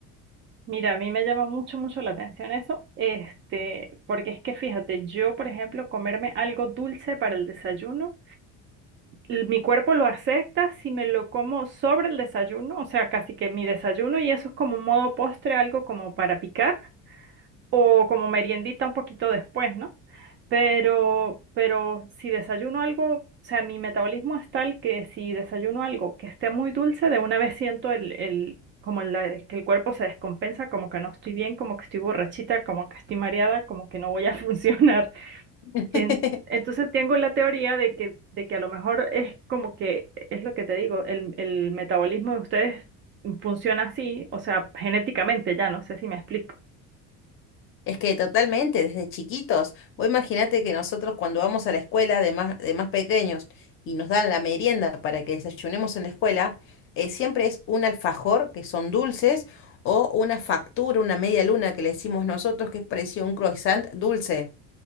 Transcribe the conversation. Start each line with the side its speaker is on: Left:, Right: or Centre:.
Right: Mira, a mí me llama mucho, mucho la atención eso, este, porque es que fíjate, yo, por ejemplo, comerme algo dulce para el desayuno, l- mi cuerpo lo acepta si me lo como sobre el desayuno, o sea, casi que mi desayuno y eso es como un modo postre, algo como para picar. o como meriendita un poquito después, ¿no? Pero, pero si desayuno algo, o sea, mi metabolismo es tal que si desayuno algo que esté muy dulce, de una vez siento el, el, como el, el que el cuerpo se descompensa, como que no estoy bien, como que estoy borrachita, como que estoy mareada, como que no voy a <laughs> funcionar.
Left: <laughs>
Right: En- entonces tengo la teoría de que, de que a lo mejor es como que, es lo que te digo, el, el metabolismo de ustedes funciona así, o sea, genéticamente ya, no sé si me explico.
Left: Es que totalmente, desde chiquitos. Vos imaginate que nosotros cuando vamos a la escuela de más, de más pequeños y nos dan la merienda para que desayunemos en la escuela, eh, siempre es un alfajor, que son dulces, o una factura, una media luna que le decimos nosotros, que es parecido a un croissant dulce.